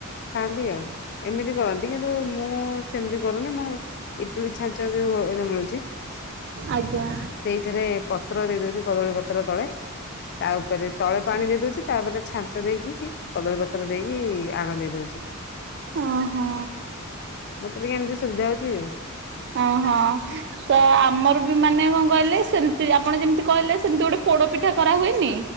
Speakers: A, on the left; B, on the right.
A: ଖାଆନ୍ତି ଆଉ ଏମିତି କରନ୍ତି କିନ୍ତୁ ମୁଁ ସେମିତି କରୁନି ମୁଁ ଇଟିଲୀ ଛାଞ୍ଚ ଯୋଉ ଏବେ ମିଳୁଛି। <inaudible>
B: ଆଜ୍ଞା
A: ସେଇଠାରେ ପତ୍ର ଦେଇ ଦଉ କଦଳୀ ପତ୍ର ତଳେ, ତା ଉପରେ ତଳେ ପାଣି ଦେଇ ଦଉଛି ତାପରେ ଛା ଞ୍ଚ ଦେଇକି କଦଳୀ ପତ୍ର ଦେଇକି ଆଣ ଦେଇ ଦଉଛି।
B: ଓହୋ
A: <unintelligible> ମତେ ଟିକେ ଏମିତି ସୁବିଧା ହଉଛି ଆଉ।
B: ହଁ ହଁ ତ ଆମର ବି ମାନେ କଣ କହିଲେ ସେମତି ଆପଣ ଯେମିତି କହିଲେ ସେମତି ଗୋଟେ ପୋଡ ପିଠା କରାହୁଏନି?